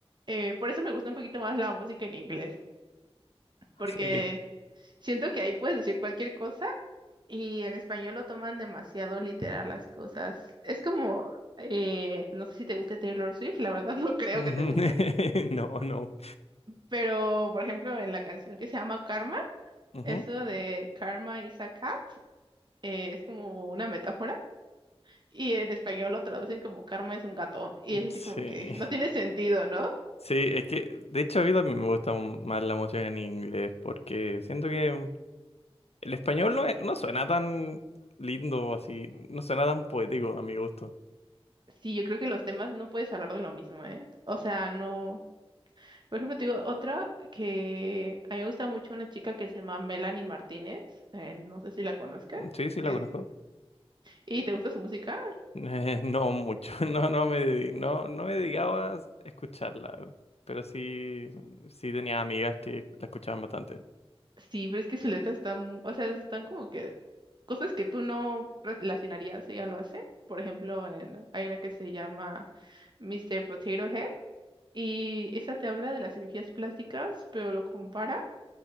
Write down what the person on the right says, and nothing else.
Eh, por eso me gusta un poquito más la música en inglés, porque
siento que ahí puedes decir cualquier cosa y en español lo toman demasiado literal las cosas. Es como, eh, no sé si te guste Taylor Swift, la verdad <laughs> no creo
que te guste,
pero por ejemplo en la canción que se llama Karma,
eso de Karma is a cat, eh, es como una metáfora. Y en español lo traducen como karma es un gato. Y es así
como que no tiene sentido, ¿no?
Sí, yo creo que los temas no puedes hablar de lo mismo, ¿eh? O sea, no. Por ejemplo, te digo otra que a mí me gusta mucho una chica que se llama Melanie Martínez. eh, no sé si la conozcas.
Es...
¿Y te gusta su música?
Sí, pero es que su letra está, mu- o sea, están como que cosas que tú no relacionarías, ella lo hace. Por ejemplo, en... hay una que se llama Mr. Potato Head y esa te habla de las cirugías plásticas, pero lo compara.